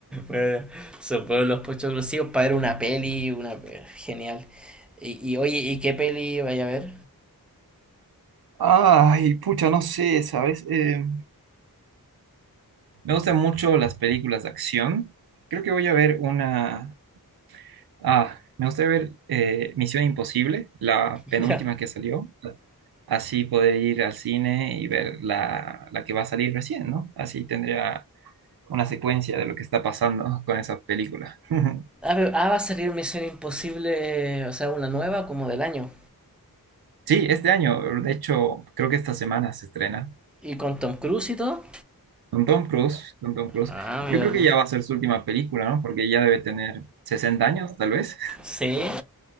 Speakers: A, in the centre; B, on the right.
A: Eh, Sobre los puestos exclusivos para ver una peli, una eh, genial. Y, y, oye, ¿y qué peli vaya a ver?
B: Ay, pucha, no sé, ¿sabes? Eh, Me gustan mucho las películas de acción. Creo que voy a ver una Ah, me gustaría ver eh, Misión Imposible, la penúltima
A: <laughs> Ya.
B: que salió. Así poder ir al cine y ver la, la que va a salir recién, ¿no? Así tendría una secuencia de lo que está pasando <laughs> con esa película. <laughs>
A: Ah, pero- ah, va a salir Misión Imposible, o sea, una nueva como del año.
B: Sí, este año, de hecho, creo que esta semana se estrena
A: Y con Tom Cruise y todo.
B: con Tom Cruise, con Tom Cruise.
A: Ah, mira.
B: Yo creo que ya va a ser su última película, ¿no? Porque ya debe tener sesenta años, tal vez.
A: Sí.